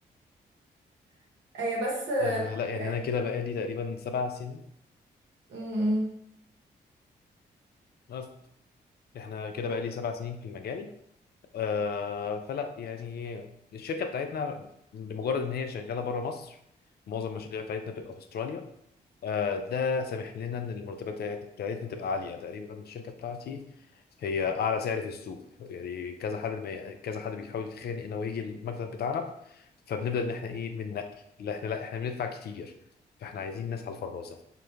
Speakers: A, on the right (about 75°); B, on the left (about 60°).
A: <laughs> هي بس آه،
B: آه، لا يعني
A: هي
B: انا
A: ال-
B: كده بقالي تقريبا سبع سنين
A: م-
B: بس. احنا كده بقالي سبع سنين في المجال آه، فلا يعني الشركه بتاعتنا لمجرد ان هي شغاله بره مصر معظم المشاريع بتاعتنا بتبقى في استراليا آه، ده سامح لنا ان المرتبات بتاعت- بتاعتنا تبقى عاليه تقريبا الشركه بتاعتي هي اعلى سعر في السوق يعني كذا حد ما كذا حد بيحاول يتخانق انه يجي المكتب بتاعنا فبنبدا ان احنا ايه بننقي لا احنا لا احنا بندفع كتير فاحنا عايزين ناس على الفرازه